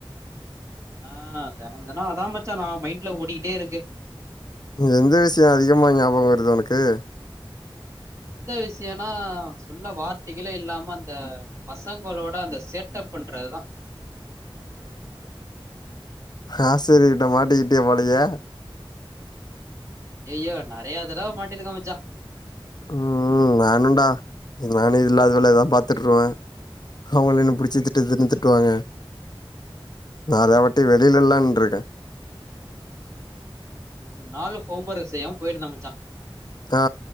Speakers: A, on the right; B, on the left.
A: ஆ தெனோ தெனோ அதா மச்சா நா மைண்ட்ல ஓடிட்டேருக்கு
B: எந்த விஷயோ அதிகமா ஞாபக வருது உனக்கு
A: எந்த விஷயனா சொல்ல வார்த்தைகலே இல்லாம அந்த பசங்களோட அந்த சேட்டப் பண்றதுதா
B: ஆசிரியர் கிட்ட மாட்டிக்கிட்டிய போலயே
A: ஐயய்யோ நெறைய தடவ மாட்டிருக்க மச்சா
B: ம் நானுன்டா இது நானு இல்லாத வேல தா பாத்துட்டுருவே அவுங்களு என்ன பிடிச்சி திட்டு திட்டுன் திட்டுவாங்க வேறதா வன் ட்டு வெளிலல்லா
A: ஒ
B: நின்ருக்கே
A: ஒரு நாலு ஹோம் ஒர்க் செய்யாம போயிருந்த மச்சா
B: ஆ